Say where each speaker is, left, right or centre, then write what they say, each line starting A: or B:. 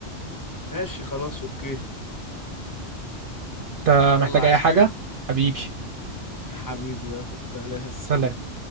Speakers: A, on the left; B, on the right.
A: ماشي خلاص اوكي
B: أنت
A: يلا
B: محتاج
A: عايز
B: أي حاجة
A: حاجة
B: حبيبي
A: حبيبي يلا سلام
B: سلام
A: سلام